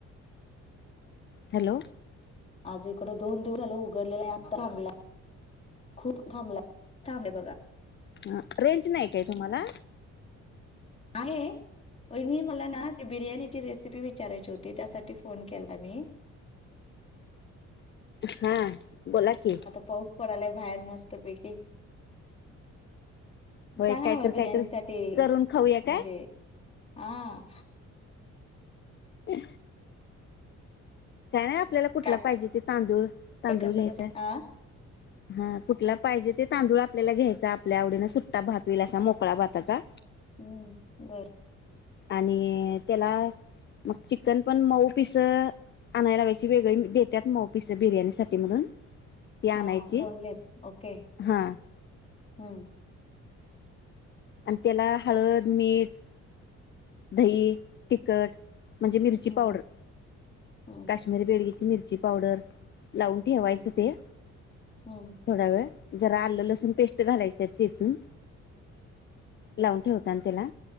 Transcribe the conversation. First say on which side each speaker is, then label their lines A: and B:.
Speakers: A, on the left (about 40°); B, on the left (about 20°).
A: हॅलो.
B: आज इकडं दोन दिवस झालं उघडलेलं नाही आत्ता थांबलाय. खूप थांबला छांन आहे बघा.
A: अ रेंज नाही काय
B: हम्म.
A: तुम्हाला.
B: आहे. वहिनी मला ना ती बिर्याणीची रेसिपी विचारायची होती. त्यासाठी फोन केलाता मी. <unintelligible>
A: हा. बोला की
B: आता पाऊस पडालाय बाहेर मस्त पैकी.
A: होय
B: सांगा
A: काहीतरी
B: ना मला बिर्याणी
A: काहीतरी
B: साठी
A: करून खाऊया
B: म्हणजे
A: काय
B: हा.
A: <unintelligible> काय नाही आपल्याला कुठला
B: काय
A: पाहिजे ते तांदूळ
B: काय
A: तांदूळ
B: कसं
A: घ्यायचाय.
B: कसं हा
A: हा कुठला पाहिजे. ते तांदूळ आपल्याला घ्यायचा, आपल्या आवडीनें सुट्टा भात होईल असा मोकळा भाताचा.
B: हम्म, बर.
A: आणि त्याला मग चिकन पण मऊ. पिस आणाय लावायची वेगळी देत्यात मऊ पिस बिर्याणी साठी म्हणून. ती आणायची
B: हा बोनलेस ओके
A: हा
B: हम्म.
A: आणि त्याला हळद मीठ दही, तिखट म्हणजे मिरची
B: हम्म
A: पावडर
B: हम्म
A: काश्मीरी बेडगी मिरची पावडर लावून ठेवायचं
B: हम्म
A: ते
B: हम्म
A: थोडा वेळ. जरा आलं लसूण पेस्ट घालायच त्यात चेचून लावून ठेवतान त्याला